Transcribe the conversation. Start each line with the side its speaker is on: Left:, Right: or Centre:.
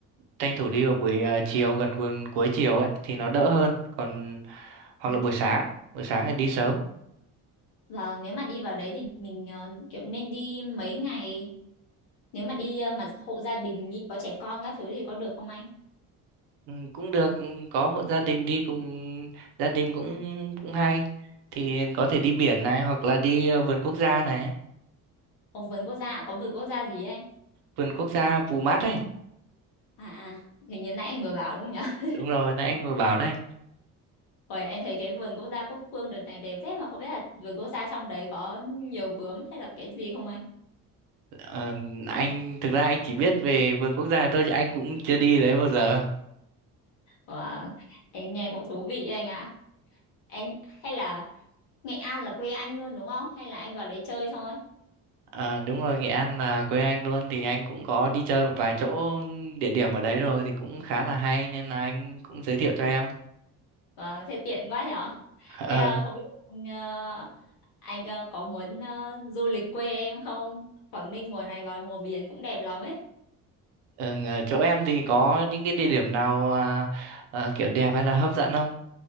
Right: tranh thủ đi vào buổi ờ, chiều gần cuồng- cuối chiều ấy thì nó đỡ hơn. Còn hoặc
Left: Ừ.
Right: là buổi sáng buổi sáng thì đi sớm
Left: và nếu mà đi vào đấy thì mình ờ, kiểu nên đi mấy ngày nếu mà đi ờ, mà hộ gia đình đi có trẻ con các thứ thì có được không anh
Right: ừ, cũng được ừ, có hộ gia đình đi cùng gia đình cũng cũng hay thì có thể đi biển này hoặc là đi ờ, vườn quốc gia này
Left: có vườn quốc gia có vườn quốc gia gì ấy anh
Right: vườn quốc gia Pù Mát ấy
Left: à à hình như nãy anh vừa bảo đúng không nhở <laughs>
Right: đúng rồi nãy anh vừa bảo đấy
Left: Ôi, em thấy cái vườn quốc gia Cúc Phương đợt này đẹp thế mà không biết là vườn quốc gia trong đấy có nhiều bướm hay là cái gì không anh
Right: Ờ, anh thực ra anh chỉ biết về vườn quốc gia thôi chứ anh cũng chưa đi đấy bao giờ
Left: Wow. Anh nghe cũng thú vị đấy anh ạ. Anh hay là Nghệ An là quê anh luôn đúng không? Hay là anh vào đấy chơi thôi?
Right: Ờ, đúng rồi Nghệ An là quê anh luôn thì anh cũng có đi chơi một vài chỗ ừ, địa điểm ở đấy rồi thì cũng khá là hay nên là anh cũng giới thiệu cho em
Left: Wow, thế tiện quá nhở.
Right: <laughs>
Left: Thế à, không biết anh, ờ, anh ờ, có muốn ờ, du lịch quê em không? Quảng Ninh mùa này vào mùa biển cũng đẹp lắm ấy.
Right: Ừ, ở chỗ em thì có những cái địa điểm nào à, à, kiểu đẹp hay là hấp dẫn không?